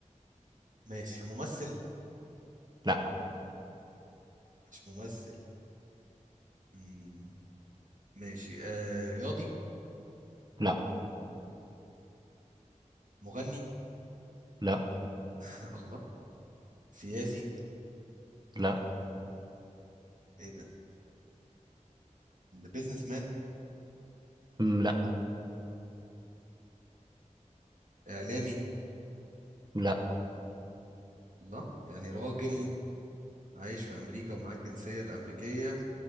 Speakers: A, on the right (about 75°); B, on the right (about 35°).
A: ماشي ممثل
B: لا
A: مش ممثل مم. ماشي آه رياضي
B: لا
A: مغني
B: لا
A: <laughs> الله سياسي
B: لا
A: ايه ده بيزنس مان
B: أمم، لا
A: اعلامي
B: لا
A: الله يعني راجل عايش في امريكا ومعاك الجنسية الامريكية